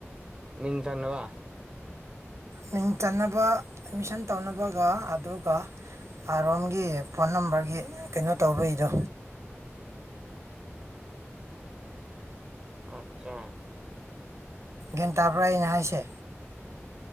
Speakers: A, on the right; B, on the right.
A: ꯃꯤꯡ ꯁꯥꯟꯅꯕ
B: ꯃꯤꯡ ꯆꯟꯅꯕ ꯑꯦꯠꯃꯤꯁꯟ ꯇꯧꯅꯕꯒ ꯑꯗꯨꯒ ꯑꯥꯔꯣꯝꯒꯤ ꯐꯣꯟ ꯅꯝꯕꯔꯒꯤ ꯀꯩꯅꯣ ꯇꯧꯕꯩꯗꯣ
A: ꯑꯆꯥ
B: ꯒꯦꯟ ꯇꯥꯕ꯭ꯔꯥꯅꯦ ꯍꯥꯏꯁꯦ